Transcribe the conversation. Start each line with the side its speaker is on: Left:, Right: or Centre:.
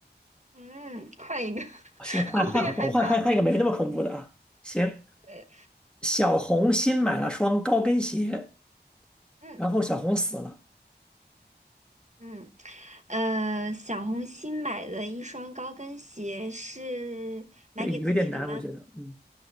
Right: 嗯，换一个，<laughs>
Centre: 哦行，换换换换换一个没那么恐怖的啊。
Right: 我也害怕。
Centre: 行，
Right: 对，
Centre: 小红新买了双高跟鞋，
Right: 嗯
Centre: 然后小红死了，
Right: 嗯，呃，小红新买的一双高跟鞋是买给自己的吗？
Centre: 这个有一点难，我觉得，嗯，